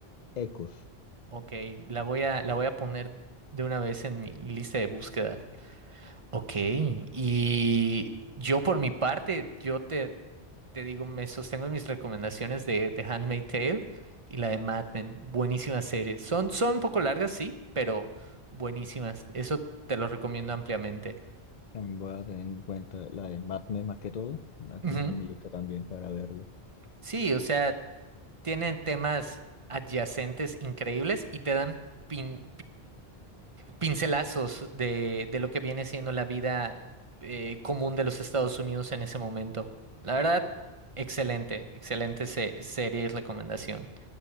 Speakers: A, on the left; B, on the right.
A: Ecos.
B: Ok, la voy a, la voy a poner de una vez en mi lista de búsqueda. Ok, y yo por mi parte, yo te, te digo, me sostengo en mis recomendaciones de, de Handmaid's Tale y la de Mad Men. Buenísimas series. Son, son un poco largas, sí, pero buenísimas. Eso te lo recomiendo ampliamente.
A: También voy a tener en cuenta la de Mad Men más que todo. La tener
B: Ujú.
A: en mi lista también para verla.
B: Sí, o sea, tienen temas adyacentes increíbles y te dan pin, pincelazos de, de lo que viene siendo la vida eh, común de los Estados Unidos en ese momento. La verdad, excelente, excelente se- serie y recomendación.